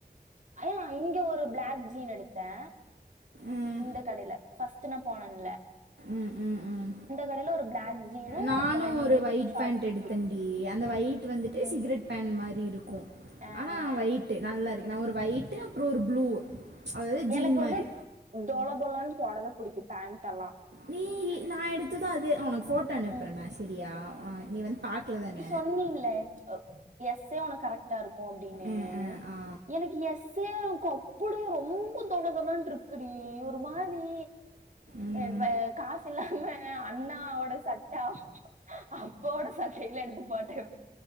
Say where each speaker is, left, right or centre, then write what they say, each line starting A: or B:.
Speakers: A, on the right; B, on the right.
A: ஐயா இங்க ஒரு பிளாக் ஜீன் எடுத்தே
B: ம்
A: இந்த கடைல ஃபர்ஸ்ட் நா போனன்
B: ம் ம் ம்
A: கடையில ஒரு பிளாக் ஜீனும்
B: நானு
A: ரெண்டு
B: ஒரு ஒயிட்
A: ஷார்ட்
B: பேண்டட்
A: குர்த்தி
B: எடுத்தேன்டி அந்த ஒயிட் வந்துட்டு
A: ம்.
B: சி கரட் பேண்ட் மாரி இருக்கு
A: அஹ்
B: ஆனா ஒயிட் நல்லாரு நா ஒரு ஒயிட்டு அப்புறோ ஒரு ப்ளூ அதாவது ஜீன்
A: எனக்கு வந்து
B: மாதிரி
A: தொள தொளனு போடதா புடிக்கு பேண்ட் எல்லா
B: நீ நா எடுத்துதா அது உனக்கு போட்டோ அனுப்புறேனா
A: ம்.
B: செரியா வா நீ வந்து பாக்கலதான
A: சொன்னீல அ எஸ்ஸே உனக்கு கரெக்டா இருக்கு அப்டின்னு
B: ஆ ஆ ஆ
A: எனக்கு எஸ்ஸே அப்படியே ரொம்ப தொள தொளன் இருக்குடி ஒரு மாரி
B: ம்
A: அ வ காசு இல்லாம அண்ணாவோட சட்டா அப்போட சட் டையில எடுத்து போட்டு